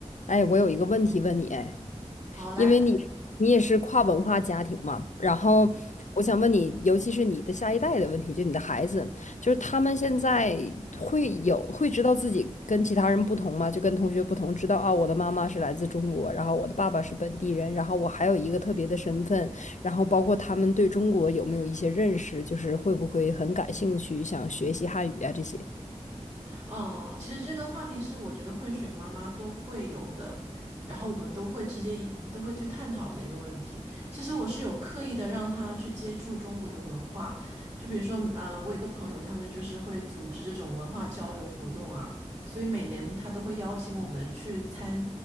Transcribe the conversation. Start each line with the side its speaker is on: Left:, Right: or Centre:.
Left: 哎，我有一个问题问你，哎，
Right: 好，来，
Left: 因为你你也是跨文化家庭嘛，然后我想问你，
Right: 嗯，
Left: 尤其是你的下一代的问题，就你的孩子，就是他们现在会有会知道自己跟其他人不同吗？就跟同学不同，知道啊，我的妈妈是来自中国，然后我的爸爸是本地人，然后我还有一个特别的身份，然后包括他们对中国有没有一些认识，就是会不会很感兴趣，想学习汉语啊这些？
Right: 嗯，其实这个话题是我觉得混血妈妈都会有的，然后我们都会之间一都会去探讨的一个问题。其实我是有刻意的让她去接触中国的文化，就比如说，嗯，我有一个朋友，他们就是会组织这种文化交流活动啊，所以每年他都会邀请我们去参